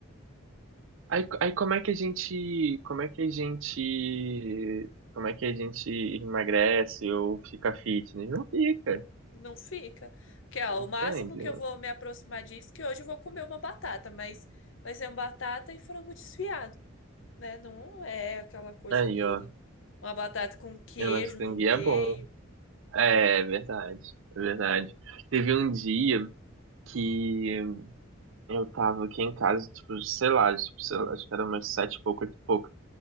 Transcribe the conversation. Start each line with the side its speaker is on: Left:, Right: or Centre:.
Right: Aí, aí como é que a gente, como é que a gente, como é que a gente emagrece ou fica fitness? Não fica,
Left: Não fica. Porque, ó,
Right: entende?
Left: o máximo que eu vou me aproximar disso, é que hoje eu vou comer uma batata, mas vai ser uma batata e frango desfiado, né? Não é aquela coisa
Right: Aí,
Left: toda.
Right: ó,
Left: Uma batata com queijo
Right: é, mas o canguia
Left: no meio.
Right: é bom. É, é verdade, é verdade. Teve um dia que eu tava aqui em casa, tipo, sei lá, tipo, sei lá, acho que era umas sete e pouco, oito e pouco.